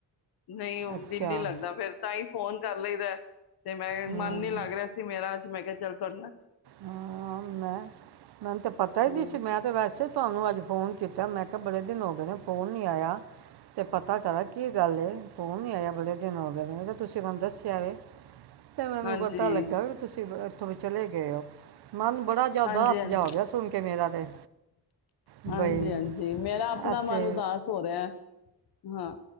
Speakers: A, on the left; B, on the right.
A: ਨਹੀਂ, ਹੁਨ
B: ਅੱਛਾ
A: ਦਿਲ ਨੀਂ ਲਗਦਾ, ਤਾਹੀਂ ਫੋਨ ਕਰ ਲਈਦੈ ਤੇ, ਮਨ
B: ਹੂੰ
A: ਨੀ ਲੱਗ ਰਿਹਾ ਸੀ ਅੱਜ ਮੇਰਾ। ਮੈਂ ਕਿਹਾ ਚੱਲਦਾ
B: ਹਾਂ ਮੈਂ ਮੈਨੂੰ ਤੇ ਪਤਾ ਹੀ
A: ਹਮ
B: ਨਹੀਂ ਸੀ, ਮੈਂ ਤੇ ਵੈਸੇ ਤੁਹਾਨੂੰ ਅੱਜ ਫੋਨ ਕੀਤਾ ਮੈਂ ਕਿਹਾ ਬੜੇ ਦਿਨ ਹੋ ਗਏ ਨੇ, ਫੋਨ ਨੀ ਆਇਆ ਤੇ ਪਤਾ ਕਰਾ ਕੀ ਗੱਲ ਫੋਨ ਨੀ ਆਇਆ, ਬੜੇ ਦਿਨ ਹੋ ਗਏ ਨੇ ਤੁਸੀਂ ਮੈਨੂੰ ਦੱਸਿਆ ਵ। ਤੇ ਮੈਨੂੰ
A: ਹਾਂਜੀ
B: ਪਤਾ ਲੱਗਾ ਵੀ ਤੁਸੀਂ ਓ ਚਲੇ ਗਏ ਓ। ਮਨ ਬੜਾ ਜਾਦਾ
A: ਹਾਂਜੀ
B: ਦਾਸ
A: ਹਾਂਜੀ
B: ਜਾ ਹੋਗੇਆ ਸੁਣ ਕੇ ਮੇਰਾ ਤੇ, ਬਈ
A: ਹਾਂਜੀ ਹਾਂਜੀ ਮੇਰਾ ਆਪਣਾ
B: ਐਥੇ
A: ਮਨ ਉਦਾਸ ਹੋ ਰਿਹਾ ਹੈ। ਹਾਂ,